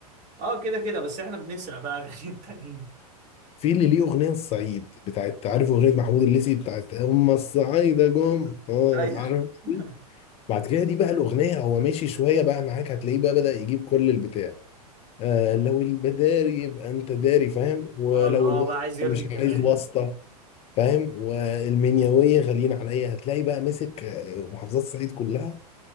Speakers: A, on the right; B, on the left.
A: اه كده كده بس احنا بنسرق بقى غير التانيين
B: في اللي ليه اغنيه الصعيد بتاعت عارف اغنيه محمود الليثي بتاعت هم الصعايده جم اه
A: ايوه
B: عارف
A: <laughs>
B: بعد كده دي بقى الأغنية هو ماشي شوية بقى معاك هتلاقيه بقى بدأ يجيب كل البتاع آه لو البداري يبقى أنت داري فاهم ولو
A: اه اللي هو
B: الواسطة
A: بقى عايز يرضي
B: مش
A: الجميع
B: عايز واسطة
A: يعني
B: فاهم والمنيوية غاليين عليا هتلاقي بقى مسك آه، محافظات الصعيد كلها